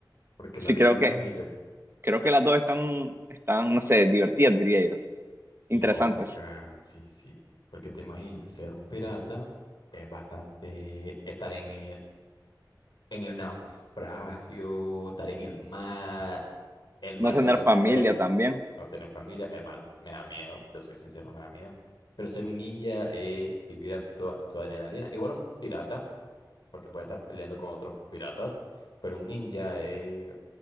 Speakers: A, on the left (about 75°); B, on the right (about 35°).
A: porque
B: Sí,
A: la vida
B: creo
A: de
B: que,
A: un ninja
B: creo que las dos están, están, no sé, divertidas, diría yo.
A: y
B: Interesantes.
A: complicada, sí, sí, porque te imaginas, ser un pirata es bastante estar en el, en el naufragio, estar en el mar, el
B: No
A: mar
B: tener
A: yo lo
B: familia
A: respeto,
B: también.
A: no tener familia, el mar me da miedo, te soy sincero, me da miedo. Pero ser un ninja, eh, vivir a tu, a tu adrenalina, igual un pirata, porque puede estar peleando con otros piratas, pero un ninja, eh,